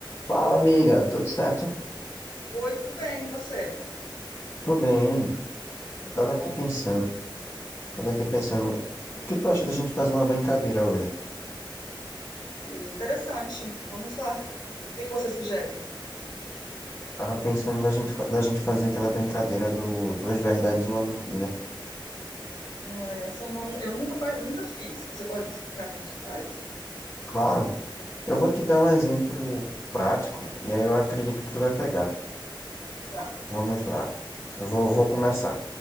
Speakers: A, on the left (about 30°); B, on the left (about 60°).
A: Fala, amiga, tudo certo?
B: Oi, tudo bem? E você?
A: Tô bem. Eu tava
B: Bom,
A: aqui pensando, tava aqui pensando, o que tu acha da gente fazer uma brincadeira hoje?
B: hum, interessante. Vamos lá. O que que você sugere?
A: Tava pensando da gente, fa- da gente fazer aquela brincadeira do duas verdades e uma mentira.
B: Ah, Essa eu, não, eu nunca, par- nunca fiz. Você pode me explicar como que faz?
A: Claro, eu vou te dar um exemplo prático e aí eu acredito que tu vai pegar.
B: Tá,
A: Vamos lá. Eu vou, vou começar.